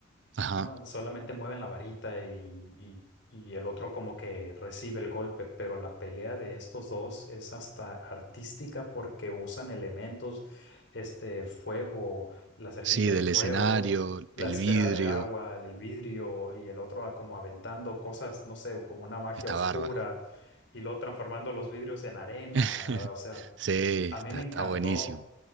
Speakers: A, on the right; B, on the left.
A: Ajá,
B: No, solamente mueven la varita y, y- y el otro como que recibe el golpe, pero la pelea de estos dos es hasta artística porque usan elementos, este fuego, la serpiente
A: sí,
B: de
A: del
B: fuego,
A: escenario,
B: la
A: el
B: esfera
A: vidrio,
B: de agua, el el vidrio y el otro a- como aventando cosas, no sé, como una magia
A: está
B: oscura
A: bárbaro.
B: y luego transformando los vidrios en arena.
A: <laughs>
B: O sea,
A: Sí,
B: a
A: está,
B: mí me encantó,
A: está buenísimo.